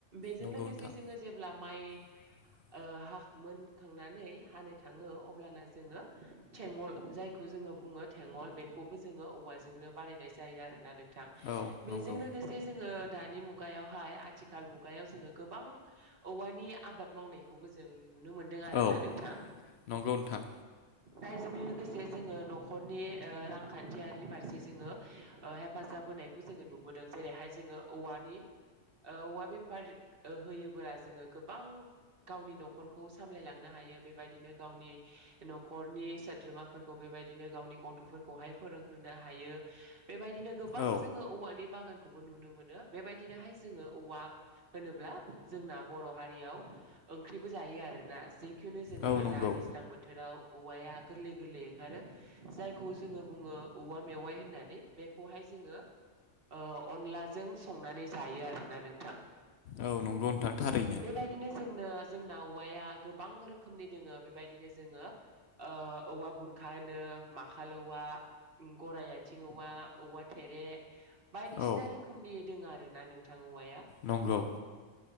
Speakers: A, on the right (about 50°); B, on the left (about 65°).
A: बेजों
B: नंगौ
A: लोगोसे
B: नोंथां
A: जोङो जेब्ला माइ
B: <inaudible>
A: ओ हा मोनखांनानै हानो थाङो अब्लाना जोङो थेंगल जायखौ जों ङो बुङो थेेंगल बेखौबो जोङो औवाज जों नो बानायनाय जायो आरोना नोंथां
B: औ नंगौ
A: बेजों लोगोसे जोङो दानि मुगायावहाय आथिखाल मुगायाव जोङो गोबां औवानि आबाद मावनायखौबो जों नुनो मोनदों आरोना
B: औ
A: नोंथां।
B: नंगौ नोंथां
A: जायजोंजों लोगोसे जोङो न'खरनि ओ रांखान्थियारि फारसे जोङो ओ हेफाजाब होनायखौ जोङो नुबोदों जेरैहाय जोङो औवानि औवा बेफार होयोब्ला जोङो गोबां‌ गावनि न'खरखौ सामलायलांनो हायो बेबायदिनो गावनि न'खरनि सोद्रोमाफोरखौ बे बेबायदिनो गावनि गथ'फोरखौहाय फोरोंहोनो हायो। बेबायदिनो गोबां
B: औ
A: जोङो औवानि बागानखौबो नुनो मोनो बेबायदि बिदिनोहाय जोङो औवा होनोब्ला जोंना बर' हारियाव ओंख्रिबो जायो आरोना जै खिनु जोङो
B: औ नंगौ
A: दा दैज्लां बोथोराव औवाया गोरलै गोरलै ओंखारो जायखौ जोङो बुङो औवा मेवाय। होननानै बेखौहाय जोङो ओ अनलाजों संनानै जायो आरोना नोंथां।
B: औ नंगौ नोंथां थारैनो।
A: बेबायदिनो जोंनो जोंना औवाया गोबां रोखोमनि दोङो बेबायदिनो जोङो ओ औवा बुरखा माखालौवा गराय आथिं औवा औवा थेरे बायदिसिना
B: औ
A: रोखोमनि दोङो आरोना नोंथां औवाया।
B: नंगौ।